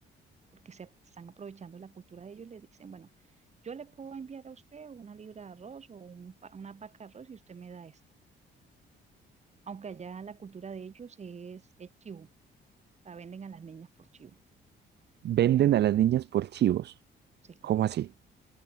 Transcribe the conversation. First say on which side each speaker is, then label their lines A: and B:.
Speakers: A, on the right; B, on the right.
A: porque se están aprovechando la cultura de ellos, le dicen, bueno, yo le puedo enviar a usted una libra de arroz o un pa- una paca de arroz y usted me da esto. Aunque allá la cultura de ellos es, es chivo, la venden a las niñas por chivo.
B: Venden a las niñas por chivos.
A: Sí, claro.
B: ¿Cómo así?